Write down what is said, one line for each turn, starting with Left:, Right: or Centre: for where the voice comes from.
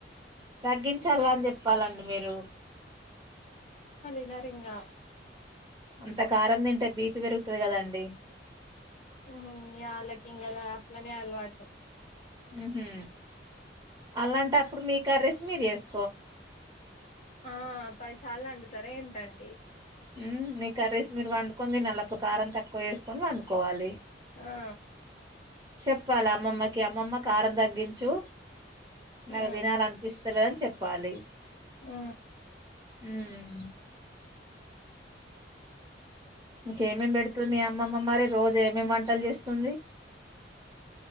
Right: తగ్గించాల అన్ జొప్పాలండి మీరు
Left: వినరింగా
Right: అంత కారం దింటే బీపి పెరుగుతది గదా అండి
Left: ఉహు యాళ్ళకింగ అదా అట్లనే అల్వాటు
Right: ఉహూ అలాంటప్పుడు మీ కర్రేస్ మీర్ జేస్
Left: ఆ పదిసార్లండుతార ఏంటండి
Right: ఊ మిక్ కర్రీస్ మీరు వండుకొని దినల్లప్పుడు కారం తక్కువ ఏస్కొని వండుకోవాలి
Left: ఆ
Right: చెప్పాల అమ్మమ్మకి అమ్మమ్మ కారం దగ్గించు నాకు
Left: ఉమ్
Right: దినాలనిపిస్తలేదని చొప్పాలి
Left: ఊ
Right: ఊమ్ ఇంకేమేమ్ బెడ్తతద్ మీ అమ్ అమ్మమ్మ మరి రోజు ఏమేమ్ వంటల్ జేస్తుంది